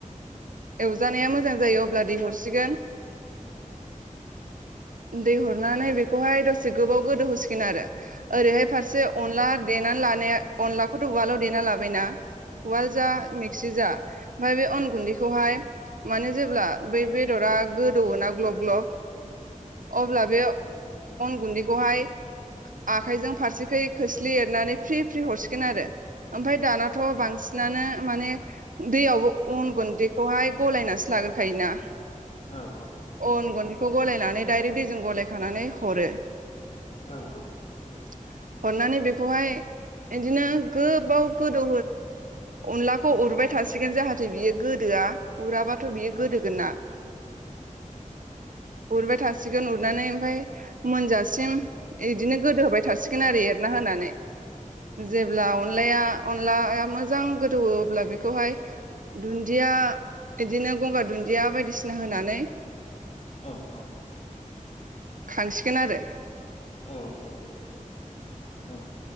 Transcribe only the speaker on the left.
औ
औ औ।
औ
औ औ।
औ औ। औ।